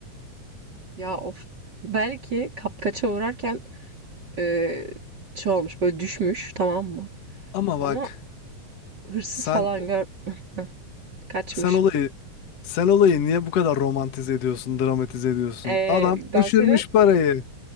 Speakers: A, on the right; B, on the left.
A: Ya of. Belki kapkaça uğrarken e, şey olmuş, böyle düşmüş, tamam mı?
B: Ama
A: Ama
B: bak
A: hırsız
B: sen
A: falan gör <laughs> kaçmış.
B: sen olayı sen olayı niye bu kadar romantize ediyorsun, dramatize ediyorsun?
A: E,
B: Adam
A: ben
B: düşürmüş
A: senin
B: parayı.